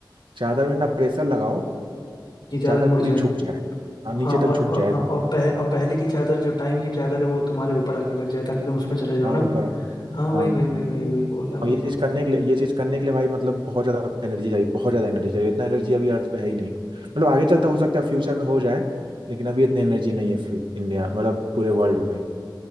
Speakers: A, on the right; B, on the left.
A: चादर में इतना प्रेशर लगाओ
B: ये
A: कि चादर
B: चादर
A: पूरी
B: मुड़ जाए
A: झुक जाए हाँ नीचे
B: हाँ और
A: तक झुक
B: और-
A: जाए
B: हाँ और, पह, और पहले की चादर जो टाइम की चादर है वो तुम्हारे ऊपर आके लग जाए ताकि तुम उसमें चले जाओ
A: हाँ
B: ना
A: ऊपर
B: हाँ वही
A: हाँ
B: वही वही वही वही बोल रहे हैं वही
A: और ये
B: बोल
A: चीज
B: रहे
A: करने
B: हैं
A: के लिए ये चीज करने के लिए भाई मतलब बहुत ज्यादा एनर्जी चाहिए बहुत ज्यादा एनर्जी चाहिए इतना एनर्जी अभी अर्थ पे है ही नहीं मतलब आगे
B: हम्म
A: चलता हो सकता है फ्यूचर में हो जाए लेकिन अभी इतनी एनर्जी नहीं है इंडिया मतलब पूरे वर्ल्ड में